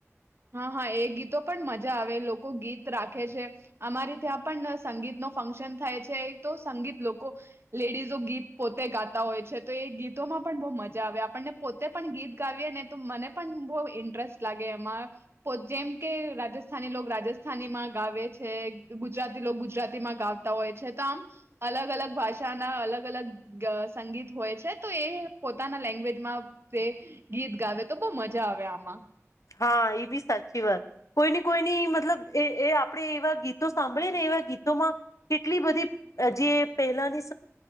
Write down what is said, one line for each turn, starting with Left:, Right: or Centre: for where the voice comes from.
Right: હા હા એ ગીતો પણ મજા આવે. લોકો ગીત રાખે છે. અમારે ત્યાં પણ સંગીત નો ફંક્શન થાય છે. તો સંગીત લોકો લેડીઝો ગીત પોતે ગાતા હોય છે. તો એ ગીતોમાં પણ બો મજા આવે આપણને પોતે પણ ગીત ગાવીએ ને તો મને પણ બહુ ઇન્ટરેસ્ટ લાગે એમાં. પો જેમ કે રાજસ્થાની લો રાજસ્થાનીમાં ગાવે છે. ગુજરાતી લો ગુજરાતીમાં ગાવતા હોય છે. તો આમ અલગ અલગ ભાષાના અલગ અલગ સંગીત હોય છે. તો એ પોતાના લેંગ્વેજમાં તે ગીત ગાવે તો બહુ મજા આવે આમાં.
Left: હા એ બી સાચી વાત. કોઈને કોઈની મતલબ એ એ આપણે એવા ગીતો સાંભળીએ ને એવા ગીતોમાં કેટલી બધી જે પહેલાની